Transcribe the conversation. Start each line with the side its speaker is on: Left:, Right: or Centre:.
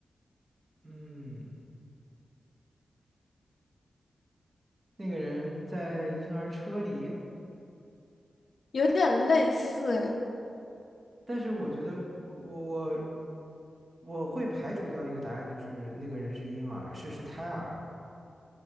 Right: 嗯，那个人在婴儿车里。
Left: 有点类似哎。
Right: 但是我觉得我我我我会排除掉一个答案，就是那个人是婴儿，是是胎儿，